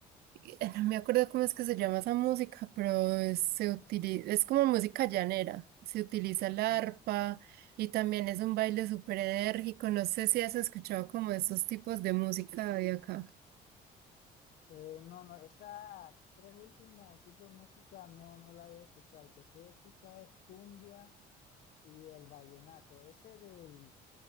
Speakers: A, on the right; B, on the left.
A: eh, No me acuerdo cómo es que se llama esa música, pero es- se utiliza, es como música llanera. Se utiliza el
B: Ujú.
A: arpa y también es un baile súper enérgico. No sé si has escuchado como esos tipos de música de acá.
B: Eh, no, no, esa tres últimos tipos de música no, no la voy a escuchar. El que sí escucha es cumbia y el vallenato. Ese del,